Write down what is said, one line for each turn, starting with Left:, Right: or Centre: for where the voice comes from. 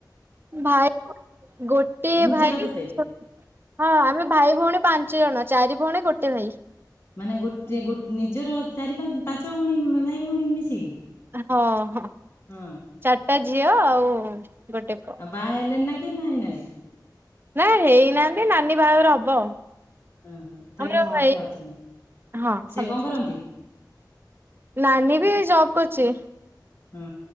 Right: ଭାଇ ଗୋଟିଏ
Left: ନିଜର
Right: ଭାଇ
Left: କେତେ?
Right: ଛୋଟ ହଁ ଆମେ ଭାଇ ଭୋଉଣୀ ପାଞ୍ଚ ଜଣ ଚାରି ଭଉଣି, ଗୋଟେ ଭାଇ।
Left: ମାନେ ଗୋଟେ ଗୋଟ, ନିଜର ଚାରି ପାଞ୍ଚ ପାଞ୍ଚ ଭୋଉଣୀ, ଭାଇ ଭୋଉଣୀ ମିଶିକି?
Right: ହଁ ହଁ,
Left: ହଁ।
Right: ଚାରିଟା ଝି ଝିଅ ଆଉ ଗୋଟେ ପୁଅ।
Left: ଆ ବାହେଲେନି ନା? କି ନା ହେଇନାନ୍ତି
Right: ନା ହେଇନାଆନ୍ତି, ନାନୀ ବାହାଘର ହବ।
Left: ଓହୋ ତାହେଲେ
Right: ଆମର
Left: ସମସ୍ତେ
Right: ଏଇ
Left: ଅଛନ୍ତି
Right: ହଁ
Left: ସେ
Right: ସମସ୍ତ
Left: କଣ କରନ୍ତି?
Right: ନାନୀ ବି ଜବ କରୁଚି।
Left: ହୁଁ,